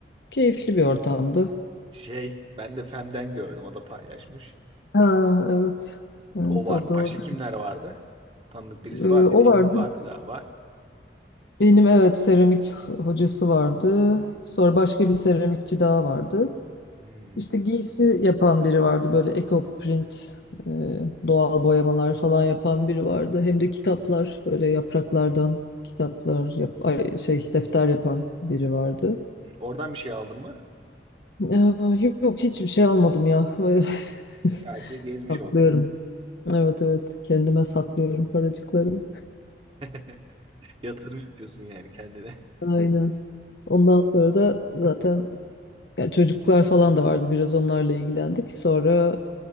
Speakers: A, on the left; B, on the right.
A: Keyifli bir ortamdı.
B: Şey ben de Fem'den gördüm o da paylaşmış.
A: Ha, evet. Evet
B: O Hmm. vardı.
A: o da
B: Başka
A: orada.
B: kimler vardı? Tanıdık birisi
A: Ee,
B: var
A: o
B: mıydı?
A: vardı.
B: Enis vardı galiba.
A: Benim evet seramik hocası vardı. Sonra başka bir seramikçi daha vardı.
B: Hmm.
A: İşte giysi yapan biri vardı böyle eco print, e, doğal boyamalar falan yapan biri vardı. Hem de kitaplar böyle yapraklardan kitaplar yap ay, şey defter yapan biri vardı.
B: Oradan bir şey aldın mı?
A: Ee, yok yok, hiçbir şey almadım ya. <laughs>
B: Sadece gezmiş
A: Saklıyorum.
B: oldun.
A: Evet evet kendime saklıyorum paracıklarımı.
B: <laughs> Yatırım yapıyorsun yani kendine.
A: Aynen. Ondan sonra da zaten Ya çocuklar falan da vardı biraz onlarla ilgilendik. Sonra